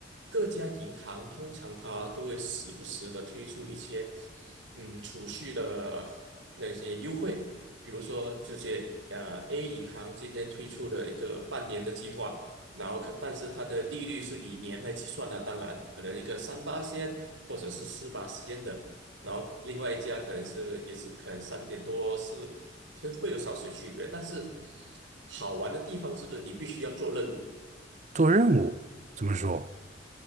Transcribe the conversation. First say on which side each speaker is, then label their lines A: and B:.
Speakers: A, on the right; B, on the right.
A: 各家银行通常它都会时不时的推出一些嗯储蓄的那些优惠，比如说这些呃 A 银行今天推出了一个半年的计划，然后可但是它的利率是以年来计算的，当然可能一个三八仙或者是四八仙的。然后另外一家可能是也是可能三点多是实会有少许区别，但是好玩的地方是你必须要做任务，
B: 做任务怎么说？